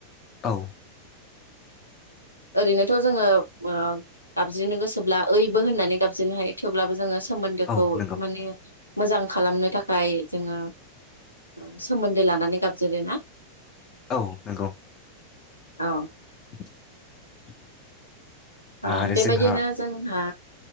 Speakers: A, on the left; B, on the left.
A: औ
B: ओरैनोथ' जोङो ओ गाबज्रिनो गोसोब्ला ओइबो होननानै गाबज्रिनो हायो थेवब्लाबो जोङो सोमोन्दोखौ
A: औ नंगौ
B: माने मोजां खालामनो थाखाय जोङो ओ सोमोन्दो लानानै गाबजिरो ना।
A: औ नंगौ
B: औ
A: <inaudible>
B: ओ
A: आरो
B: बेबायदिनो
A: जोंहा
B: जोंहा